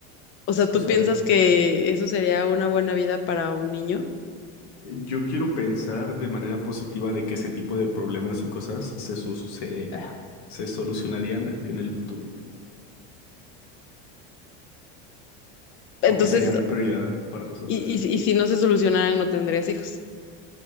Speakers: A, on the left; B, on the left.
A: O
B: Es
A: sea,
B: cosa
A: ¿tú piensas
B: de...
A: que eso sería una buena vida para un niño?
B: Yo quiero pensar de manera positiva de que ese tipo de problemas y cosas se, su- se, ah, se solucionarían en el futuro
A: Entonces,
B: o que serían prioridad para resolverse.
A: y, y, y si no se solucionaran, no tendrías hijos.